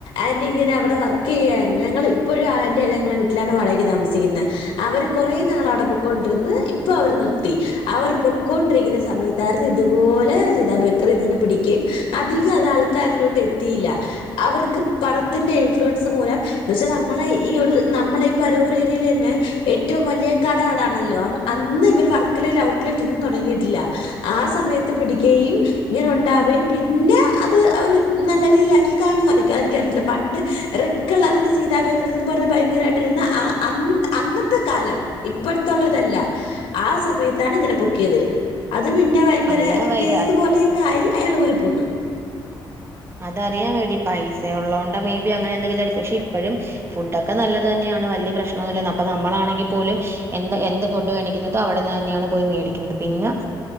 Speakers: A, on the left; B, on the right.
A: ആന്റി ഇങ്ങനെ അവിടെ വർക്ക് ചെയ്യുകായിരുന്നു ഞങ്ങൾ ഇപ്പോഴും ആൻ്റി ഞങ്ങളെ വി വീട്ടിലാണ് വാടകക്ക് താമസിക്കുന്നത് അവര് കൊറേ നാൾ അവിടെ പൊക്കൊണ്ടിരന്ന് ഇപ്പൊ അവര് നിർത്തി അവർ പൊക്കൊണ്ടിരിക്കുന്ന സമയത്തായിരുന്നു ഇതുപോലെ സീതാബേക്കറിിന്നിങ്ങനെ പിടിക്കുകയും അധികം അത് ആൾക്കാരിലോട്ട് എത്തിയില്ല അവർക്ക് പണത്തിന്റെ ഇൻഫ്ലുവൻസ് മൂലം എന്ന വെച്ചാൽ നമ്മളെ ഈ ഒരു പരവൂർഏരിയയിൽ തന്നെ ഏറ്റവും വലിയ കട അതാണല്ലോ അന്ന് ഇവർ വർക്കലയിൽ ഔട്ട്ലെറ്റ് ഒന്നും തുടങ്ങിയിട്ടില്ല ആ സമയത്ത് പിടിക്കയും ഇങ്ങനെ ഉണ്ടാവുകയും പിന്നെ അത് അവര് നല്ല രീതിയിലാക്കി കാണുമായിരിക്കും അ എനിക്കറിയത്തില്ല പണ്ട് റെഡ് കളറിൽ സീതാ ബേക്കറ എന്നൊക്കെ പറഞ്ഞാൽ ഭയങ്കരമായിട്ടിരുന്ന ആ അ അന്നത്തെ കാലം ഇപ്പോഴത്തുള്ളതല്ല ആ സമയത്താണ് ഇങ്ങനെ പൊക്കിയത് അത് പിന്നെ ഭയങ്കര
B: അറിയാൻ വയ്യ
A: കേസ് പോലെയക്കെ ആയി അയാൾ ഊരി പോന്ന്
B: അതറിയൻ വേണ്ടി പൈസ ഉള്ളത കൊണ്ട് മേ ബി അങ്ങനെ എന്തെങ്കിലും ആയിരിക്കും പക്ഷെ ഇപ്പോഴും ഫുഡൊക്കെ നല്ലത് തന്നെയാണ് വല്ല്യ പ്രശ്നൊന്നുമ അപ്പൊ നമ്മളാണെങ്കിൽ പോലും എന്ത എന്ത് ഫുഡ് ഇന്നൊക്കെഅവി ടന്ന്തന്നെയാണ് പോയി മേടിക്കുന്നത് പിന്നെ